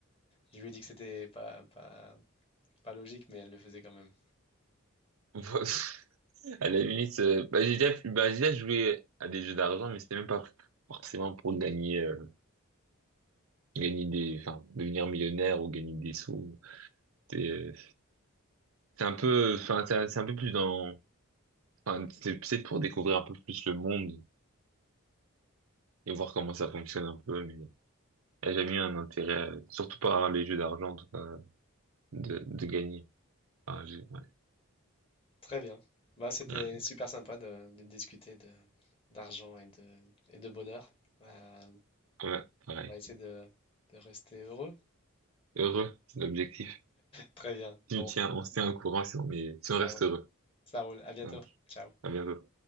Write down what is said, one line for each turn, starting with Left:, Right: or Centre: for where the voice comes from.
Left: Je lui ai dit que c'était pas, pas, pas logique, mais elle le faisait quand même.
Right: <laughs> à la limite, euh, bah, j'ai déjà, bah, j'ai déjà joué à des jeux d'argent, mais c'était même pas forcément pour gagner, euh, gagner des, enfin, devenir millionnaire ou gagner des sous. C'est c'est un peu, enfin, c'est un c'est un peu plus dans Enfin, une petite épisode pour découvrir un peu plus le monde et voir comment ça fonctionne un peu, mais elle a jamais eu un intérêt, euh, surtout par les jeux d'argent, en tout cas, de, de gagner. Enfin, j'ai- ouais.
Left: Très bien. Bah, c'était
Right: Ouais,
Left: super sympa de, de discuter de, d'argent et de, et de bonheur. Euh,
Right: ouais, pareil.
Left: on va essayer de, de rester heureux.
Right: Heureux, c'est l'objectif.
Left: Très bien.
Right: Si
Left: Bon,
Right: on tient, on se tient au courant si on est, si
Left: ça
Right: on reste
Left: roule.
Right: heureux.
Left: Ça roule. À bientôt.
Right: Voilà.
Left: Ciao.
Right: À bientôt.